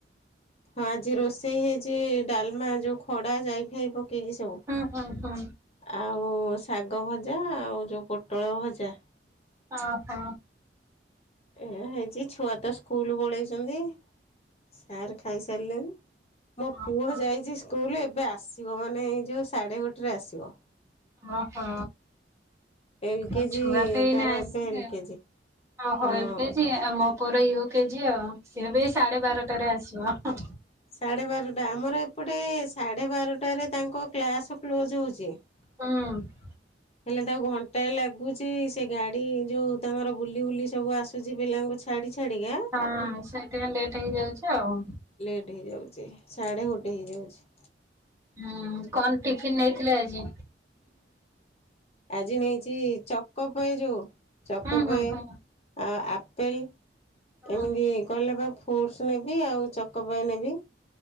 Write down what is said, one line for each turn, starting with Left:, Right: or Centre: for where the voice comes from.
Left: ହଁ ଆଜି ରୋଷେଇ ହେଇଚି ଡାଲମା ଯୋଉ ଖଡା, ଯାଇ, ଫାଇ, ପକେଇକି ସବୁ।
Right: ହୁଁ ହୁଁ ହୁଁ।
Left: ଆଉ ଶାଗ ଭଜା ଆଉ ଯୋଉ ପୋଟଳ ଭଜା।
Right: ଓହୋ।
Left: ଏଇଆ ହେଇଚି ଛୁଆ ତ ସ୍କୁଲୁ ପଳେଇଚନ୍ତି ସାରେ ଖାଇସାରିଲେଣି। ମୋ
Right: ଓହୋ
Left: ପୁଅ ଯାଇଚି ସ୍କୁଲ ଏବେ ଆସିବ ମାନେ ଏଇ ଯୋଉ ସାଢେ ଗୋଟେରେ ଆସିବ।
Right: ଓ ହୋ।
Left: ଏଲ କେଜି
Right: ଆଉ ଛୁଆତ ଏଇନା
Left: ତାର
Right: ଆସିଲେ
Left: ଏବେ ଏଲ
Right: ଆଉ।
Left: କେଜି।
Right: ଓ ହୋ
Left: ହଁ
Right: ଏଲ କେଜି। ଆଉ ମୋ ପୁଅର ୟୁ କେଜି ଆଉ ସିଏ ବି ସାଢେ ବାରଟାରେ ଆସିବ ହଁ।
Left: ସାଢ଼େ ବାରଟା ଆମର ଏପଟେ ସାଢ଼େ ବାରଟାରେ ତାଙ୍କ କ୍ଲାସ୍ କ୍ଲୋଜ୍ ହୋଉଚି।
Right: ହୁଁ।
Left: ହେଲେ ତାକୁ ଘଣ୍ଟାଏ ଲାଗୁଚି ସେ ଗାଡି ଯୋଉ ତାଙ୍କର ବୁଲି ବୁଲି ସବୁ ଆସୁଚି ପିଲାଙ୍କୁ ଛା ଛାଡି ଛାଡ଼ିକା।
Right: ହଁ ସେଇଠେଁ ଲେଟ ହେଇଯାଉଚି ଆଉ।
Left: ଲେଟ୍ ହେଇଯାଉଚି ସାଢେ ଗୋଟେ ହେଇଯାଉଛି।
Right: ହୁଁ କଣ ଟିଫିିନ ନେଇଥିଲେ ଆଜି?
Left: ଆଜି ନେଇଚି ଚକୋପାଏ ଯୋଉ ଚକୋପାଏ।
Right: ହୁଁ ହୁଁ ହୁଁ
Left: ଆଉ ଆପେଲ୍
Right: ହୁଁ।
Left: ଏମିତି କଇଲା ବା ଫୁ ଫୁଡ୍ସ ନେବି ଆଉ ଚକୋପାଏ ନେବି।